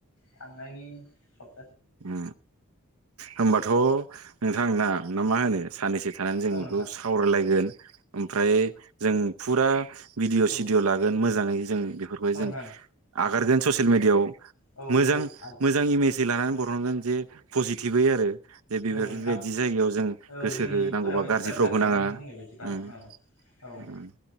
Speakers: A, on the left (about 85°); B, on the right (about 80°).
A: थांनायनि स
B: ओम होनबाथ' नोंथांना ना मा होनो सानैसो थानानै जों
A: औ
B: बेखौ
A: नोंथां
B: सावरायलायगोन ओमफ्राय जों फुरा भिडिअ'
A: औ
B: सिडिय' लागोन मोजां मोजाङै जों बेफोरखौ
A: ओं
B: जों
A: ओं
B: आगारगोन ससियेल मिडियाआव
A: औ
B: मोजां
A: औ
B: मोजां इमेज लानानै बर जे पजिटिभयै आरो
A: औ
B: बे बेफोरबादि
A: नोंथां
B: जायगायाव जों
A: औ
B: गोसोहो
A: जोंनि इयुथफोराबो
B: नांगौबा
A: इन्सपायार
B: गाज्रि फोराव
A: जागोन
B: होनांआ
A: नों बुंनाय बायदिबा
B: उम‌
A: औ औ
B: उम